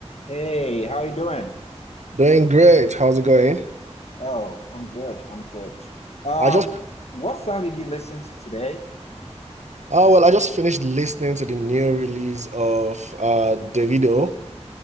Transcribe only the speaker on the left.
Hey, how you doing?
Oh, I'm good. I'm good. Um,
what song did you listen to today?